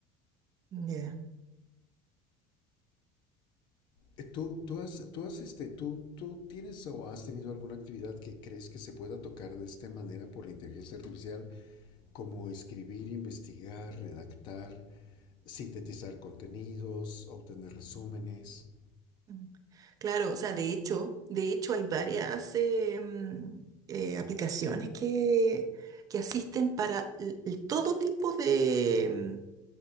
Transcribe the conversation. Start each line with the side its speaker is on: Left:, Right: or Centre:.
Right: mm, ya.
Left: Eh, ¿Tú, tú has, tú has, este, tú, tú tienes o has tenido alguna actividad que crees que se pueda tocar de esta manera por la inteligencia artificial, como escribir, investigar, redactar, sintetizar contenidos, obtener resúmenes?
Right: Mm. Claro, o sea, de hecho, de hecho hay varias eh, mm, eh, aplicaciones que, que asisten para l- l- todo tipo de, em,